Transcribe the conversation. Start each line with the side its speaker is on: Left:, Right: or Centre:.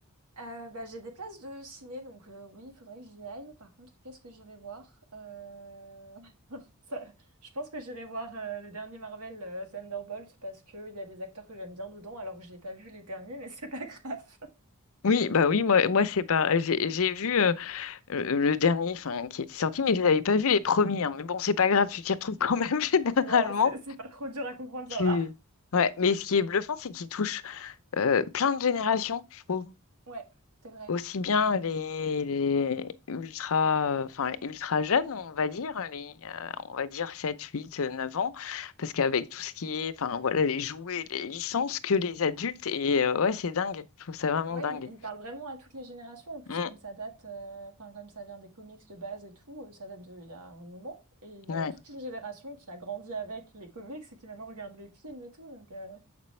Right: Euh, bah, j'ai des places de ciné, donc euh, oui, il faudrait que j'y aille. Par contre, qu'est-ce que j'irai voir? Euh, Ça- je pense que j'irai voir euh, le dernier Marvel euh, Thunderbolt parce qu'il y a des acteurs que j'aime bien dedans alors que j'ai pas vu les derniers mais <laughs> c'est pas grave. <laughs>
Left: Oui, bah oui, moi, moi c'est pas. J'ai j'ai vu euh, le le dernier, enfin, qui était sorti, mais je n'avais pas vu les premiers. hein. Mais bon, c'est pas grave, tu t'y retrouves quand même <laughs> généralement.
Right: Ouais, c'est c'est pas trop dur à comprendre,
Left: Tu-
Right: ça va.
Left: Ouais, mais ce qui est bluffant, c'est qu'il touche euh, plein de générations, je trouve.
Right: Ouais, c'est vrai.
Left: aussi bien les, les ultra, euh, enfin, les ultra jeunes, on va dire, les, euh, on va dire 7 8 euh, 9 ans, parce qu'avec tout ce qui est, enfin, voilà, les jouets, les licences, que les adultes, et euh, ouais, c'est dingue, je trouve ça vraiment
Right: Ouais,
Left: dingue.
Right: il, il parle vraiment à toutes les générations. En plus,
Left: Mm.
Right: comme ça date, euh, enfin, comme ça vient des comics de base et tout, euh, ça date d'il y a un moment. Et il y
Left: ouais,
Right: a toute une génération qui a grandi avec les comics et qui maintenant regarde les films et tout. Donc, euh,